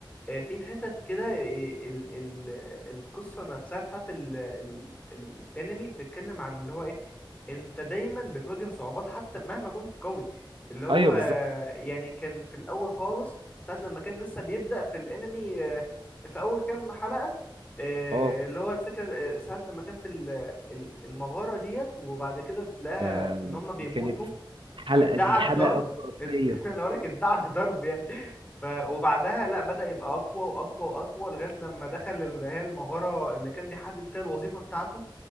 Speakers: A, on the left (about 15°); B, on the right (about 75°).
A: آه، في حتت كده إيه، ال ال القصة نفسها بتاعت ال ال الانمي بتتكلم عن اللي هو ايه انت دايما بتواجه صعوبات حتى مهما كنت قوي اللي هو
B: ايوه
A: آه،
B: بالظبط
A: يعني كان في الاول خالص ساعة لما كان لسه بيبدأ في الانمي آه، في اول كام حلقة آه،
B: اه
A: اللي هو الفكرة آه، ساعة لما كان في ال- ال- المغارة ديت وبعد كده تلاقيها
B: ده
A: ان هم بيموتوا
B: كانت الحلقة
A: وادعك
B: دي حلقة
A: ضرب
B: خرافية
A: <laughs> انا بقول لك ادعك ضرب يعني ف وبعدها لا بدأ يبقى اقوى واقوى واقوى لغايه لما دخل اللي هي المغاره اللي كان بيحدد فيها الوظيفه بتاعته